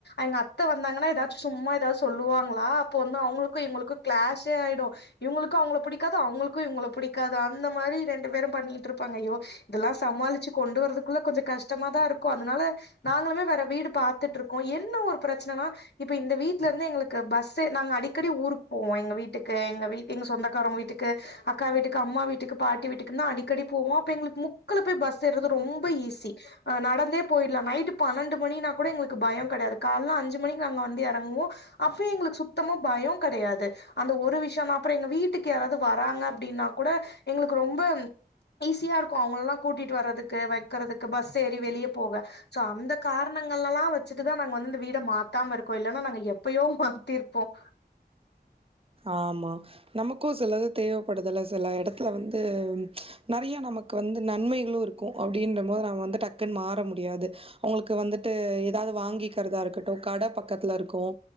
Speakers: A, on the left; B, on the right.
A: எங்க அத்தை வந்தாங்கன்னா ஏதாச்சும் சும்மா ஏதாவச்சது சொல்லுவாங்களா அப்போ வந்து அவங்களூக்கும் எங்களுக்கும் கிளாஷே ஆய்டும் இவங்களுக்கு அவுங்களுக்கு பிடிக்காது அவங்களுக்கும் இவங்கள பிடிக்காது அந்த மாறி ரெண்டு பேரும் பண்ணிட்டு இருப்பாங்க ஐயோ இதெல்லாம் சமாளிச்சு கொண்டு வரதுக்குள்ள கொஞ்சம் கஷ்டமாதான் இருக்கும் அதனால நாங்களுமே வேற வீடு பாத்துட்டு இருக்கோம் என்ன ஒரு பிரச்சனைன்னா இப்ப இந்த வீட்ல இருந்து எங்களுக்கு பஸ் நாங்க அடிக்கடி ஊருக்கு போவோம் எங்க வீட்டுக்கு எங்க வீ எங்க சொந்தக்காரவங்க வீட்டுக்கு அக்கா வீட்டுக்கு அம்மா வீட்டுக்கு பாட்டி வீட்டுக்கு தான் அடிக்கடி போவோ அப்ப எங்களுக்கு முக்குள போய் பஸ் ஏறது ரொம்ப ஈஸி நடந்தே போயிடலாம் நைட் பன்னெண்டு மணின்னா கூட எங்களுக்கு பயோ கெடையாது கால்ல அஞ்சு மணிக்கு நாங்க வந்து இறங்குவோம் அப்ப எங்களுக்கு சுத்தமா பய கெடையாது அந்த ஒரு விஷயம்ன அப்பறோ எங்க வீட்டுக்கு யாராவது வராங்க அப்டின்னா கூட எங்களுக்கு ரொம்ப ஈஸியா இருக்கும் அவங்களல்லாம் கூட்டிட்டு வர்றதுக்கு வைக்கறதுக்கு பஸ் ஏறி வெளியே போக சோ அந்த காரணங்கள்ல எல்லாம் வச்சுட்டுதான் நாங்க வந்து இந்த வீட மாத்தாம இருக்கோம் இல்லன்னா நாங்க எப்பயோ மாத்திருப்போம்
B: ஆமா நமக்கும் சிலது தேவைப்படுதுல சில இடத்துல வந்து நிறைய நமக்கும் வந்து நன்மைகளும் இருக்கும் அப்டின்ற போது நம்ம வந்து டக்குன்னு மாற முடியாது அவுங்களுக்கு வந்துட்டு ஏதாவது வாங்கிக்கிறதா இருக்கட்டும் கட பக்கத்துல இருக்கும்